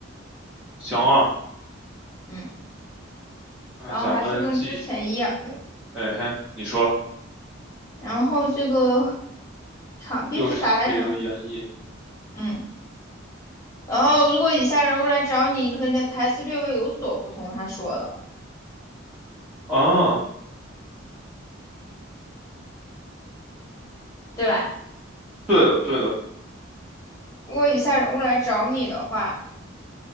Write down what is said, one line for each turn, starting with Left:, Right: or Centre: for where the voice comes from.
Centre: 行啊。
Left: 嗯。
Centre: 那咱们继续，
Left: 然后还是跟之前一样，嗯
Centre: 哎嘿，你说
Left: 然后这个场地是啥来着？
Centre: 又是一个演绎
Left: 嗯，然后如果以下人物来找你，可以略台词略微有所不同，他说的，
Centre: 啊？
Left: 对吧？
Centre: 对的，对的，
Left: 如果以下人物来找你的话，